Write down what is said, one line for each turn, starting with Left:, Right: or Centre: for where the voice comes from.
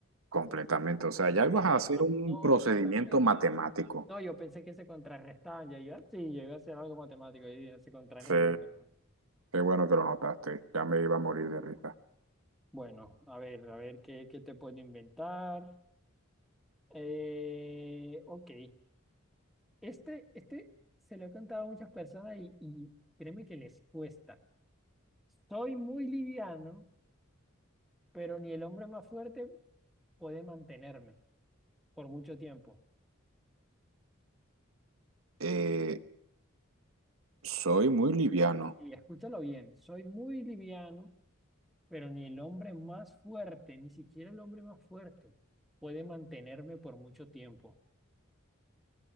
Right: completamente. O sea,
Centre: No
Right: ya
Centre: la
Right: ibas
Centre: captaba,
Right: a hacer un
Centre: no,
Right: procedimiento
Centre: no la captaba.
Right: matemático.
Centre: No, yo pensé que se contrarrestaban, ya iba, sí, llega a ser algo matemático, y dije, se contrarrestan,
Right: Sí,
Centre: pero no.
Right: qué bueno que lo notaste. Ya me iba a morir de risa.
Centre: bueno, a ver, a ver qué, qué te puedo inventar. Eh, ok, este, este se lo he contado a muchas personas y, y créeme que les cuesta. Soy muy liviano, pero ni el hombre más fuerte puede mantenerme por mucho tiempo.
Right: Eh, soy muy liviano.
Centre: Y escúchalo bien, soy muy liviano Pero ni el hombre más fuerte, ni siquiera el hombre más fuerte, puede mantenerme por mucho tiempo.